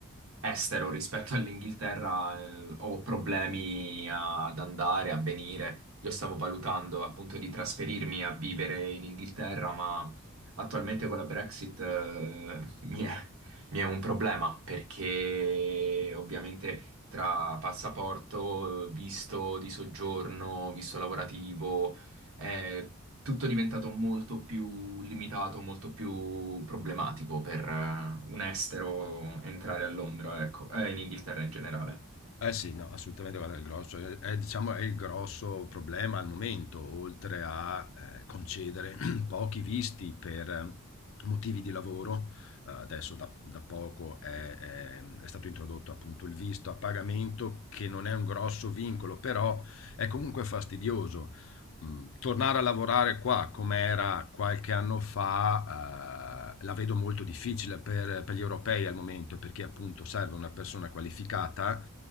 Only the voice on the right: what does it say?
estero rispetto <laughs> all'Inghilterra, eh, ho problemi ad andare, a venire. Io stavo valutando appunto di trasferirmi a vivere in Inghilterra, ma attualmente con la Brexit eh, <laughs> mi è, mi è un problema perché ovviamente tra passaporto, eh, visto di soggiorno, visto lavorativo è tutto diventato molto più limitato, molto più problematico per eh, un estero entrare a Londra, ecco, e in Inghilterra in generale.